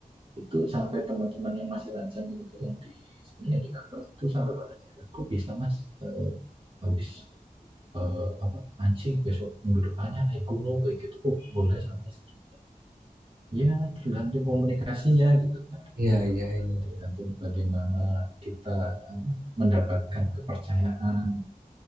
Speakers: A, on the right; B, on the right.
A: itu sampai teman-teman yang masih lajang itu yang di sini yang di kantor itu sampai pada akhirnya kok bisa mas eh, habis eh, apa mancing besok minggu depannya naik gunung kayak gitu kok boleh sama istri ya tergantung komunikasinya gitu kan
B: Iya, iya, iya.
A: tergantung bagaimana kita apa, mendapatkan kepercayaan